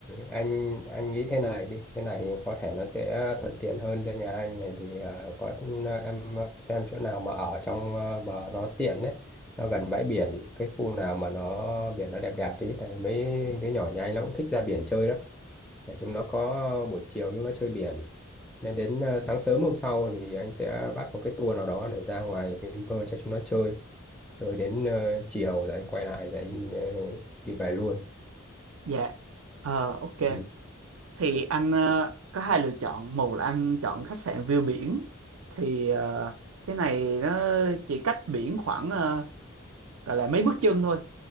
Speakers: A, in the centre; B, on the right (about 75°).
A: anh anh nghĩ thế này đi, thế này thì có thể nó sẽ thuận tiện hơn cho nhà anh này thì ờ, có ừ, em xem chỗ nào mà ở trong ờ, bờ nó tiện đấy, nó gần bãi biển, cái khu nào mà nó biển nó đẹp đẹp tí thì mấy đứa nhỏ nhà anh nó cũng thích ra biển chơi đó. Để chúng nó có buổi chiều chúng nó chơi biển nên đến ờ, sáng sớm hôm sau thì anh sẽ bắt một cái tour nào đó để ra ngoài Vinpearl cho chúng nó chơi chơi đến ờ, chiều rồi anh quay lại rồi anh ờ, đi về luôn
B: dạ Ờ, ok
A: ừ.
B: thì anh ờ, có hai lựa chọn một là anh chọn khách sạn view biển thì ờ, cái này nó chỉ cách biển khoảng ờ, gọi là mấy bước chân thôi